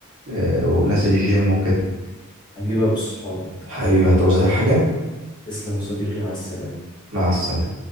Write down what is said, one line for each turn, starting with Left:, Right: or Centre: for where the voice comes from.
Right: آه، ونازل الجيم وكده
Left: حبيبي يا ابو الصحاب
Right: حبيبي هتعوز أي حاجة
Left: تسلم يا صديقي مع السلامه
Right: مع السلامة